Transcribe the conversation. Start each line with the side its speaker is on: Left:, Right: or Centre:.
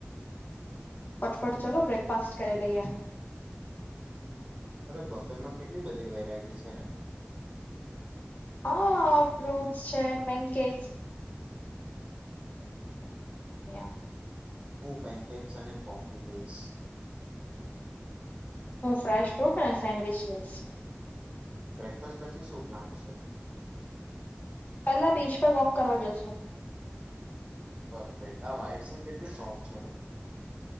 Left: ફટફટ, ચાલો બ્રેકફાસ્ટ કરી લઈએ.
Right: અરે, બફે માં કેટલી બધી વેરાયટી છે ને!
Left: હા, ફ્રુટ્ છે બેન્કેક. <unintelligible>
Right: હું પેનકેક્સ અને કોફી લઈશ.
Left: હું, ફ્રાડ ફ્રૂટ અને સેન્ડવીચ લઈશ.
Right: બ્રેકફાસ્ટ પછી શું પ્લાન છે?
Left: પેલા બીચ પર વોક કરવા જશુ.
Right: પરફેક્ટ આ ફાઈટ સંગ કેટલી સોફ્ટ છે ને.